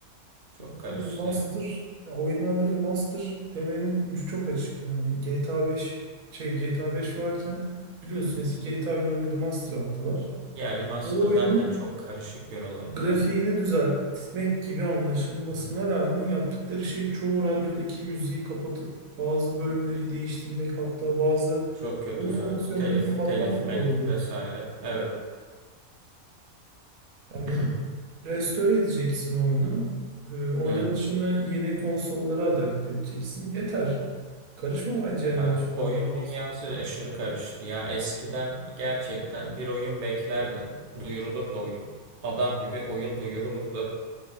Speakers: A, on the right (about 45°); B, on the right (about 70°).
A: Çok karıştı
B: E, remaster,
A: ya.
B: ya oyunlarda remaster demenin ucu çok açık. Yani GTA 5 şey GTA 5 varken biliyorsun eski GTA oyunlarını remaster attılar.
A: Ya remaster
B: Bu oyunun
A: zaten çok karışık bir olay.
B: grafiğini
A: Evet.
B: düzeltmek gibi anlaşılmasına
A: Evet.
B: rağmen yaptıkları şey çoğu radyodaki müziği kapatıp bazı bölümleri değiştirmek hatta bazı
A: Çok kötü
B: oyun fonksiyonlarını
A: evet. Telif,
B: kapatmak
A: telif,
B: bile
A: melif
B: oldu.
A: vesaire. Evet.
B: Yani
A: <clears throat>
B: Restore edeceksin oyunu. Ee, oynanışını
A: Evet.
B: yeni konsollara adapte edeceksin. Yeter. Karışma bence yani
A: Ya
B: başka
A: oyun
B: master.
A: dünyası aşırı karıştı. Ya eskiden gerçekten bir oyun beklerdin. Duyurulurdu oyun. Adam gibi oyun duyurulurdu.